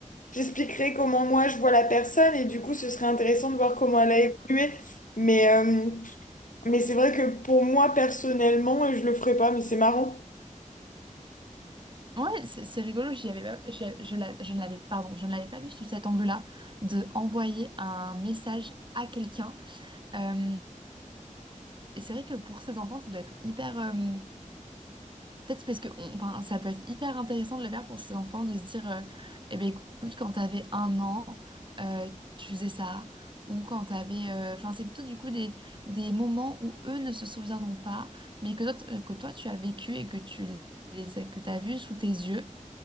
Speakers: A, on the left; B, on the right.
A: j'expliquerai comment moi je vois la personne et du coup, ce serait intéressant de voir comment elle
B: mm.
A: a évolué. Mais, euh, mais c'est vrai que pour moi, personnellement, je le ferais pas, mais c'est marrant.
B: Ouais, c'est c'est rigolo, j'y avais pas- je, je l'a- je ne l'avais, pardon, je ne l'avais pas vu sous cet angle-là, de envoyer un message à quelqu'un. Euh, et c'est vrai que pour ces enfants, ça doit être hyper, euh, Peut-être parce que on- enfin, ça peut être hyper intéressant de le faire pour ces enfants, de se dire, euh, eh ben, écoute, quand t'avais un an, euh, tu faisais ça. Ou quand t'avais... euh, Enfin, c'est plutôt du coup des, des moments où eux ne se souviendront pas, mais que toi, t- que toi tu as vécu et que tu les as- que t'as vu sous tes yeux.